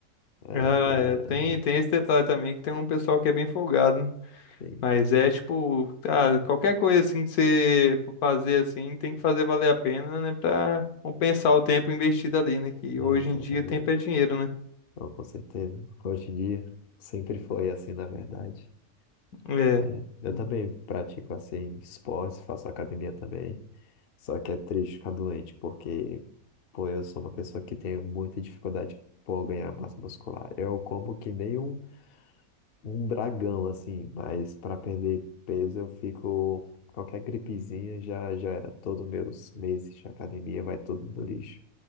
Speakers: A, on the left; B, on the left.
A: É
B: Ah,
A: ruim.
B: é, tem,
A: aham.
B: tem esse detalhe também, que tem um pessoal que é bem folgado.
A: Sim,
B: Mas é tipo, cara, qualquer coisa assim que você for fazer assim, tem que fazer valer a pena, né? Pra compensar o tempo investido ali, né? Que
A: é,
B: hoje
A: exatamente.
B: em dia tempo é dinheiro, né?
A: Não, com certeza. Hoje em dia sempre foi assim, na verdade.
B: É.
A: É, eu
B: hum,
A: também pratico assim esportes, faço academia também. Só que é triste ficar doente, porque pô, eu sou uma pessoa que tem muita dificuldade por ganhar massa muscular. Eu como que nem um um dragão, assim, mas para perder peso eu fico. Qualquer gripezinha já, já, é, todos meus meses de academia vai tudo no lixo.